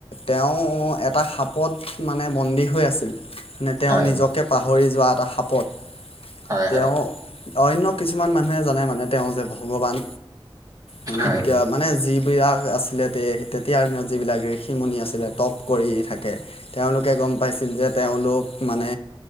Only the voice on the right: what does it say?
হয়
হয়
হয় হয়
হয়